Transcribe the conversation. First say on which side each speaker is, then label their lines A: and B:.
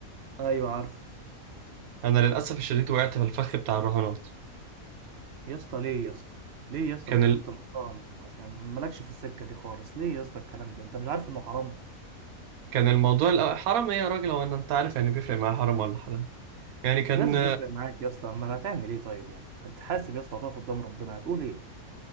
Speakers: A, on the right; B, on the right.
A: ايوه عارف
B: انا للاسف الشديد وقعت في الفخ بتاع الرهانات
A: يا اسطى ليه يا اسطى ليه يا اسطى
B: كان
A: انت
B: ال...
A: كنت محترم كان مالكش في السكه دي خالص ليه يا اسطى الكلام ده انت مش عارف انه حرام
B: كان الموضوع الأ- حرام ايه يا راجل هو انا انت عارف يعني بيفرق معايا حرام ولا حلال يعني كان
A: لازم يفرق معاك يا اسطى اما هتعمل ايه طيب يعني هتتحاسب يا اسطى هتقف قدام ربنا هتقول ايه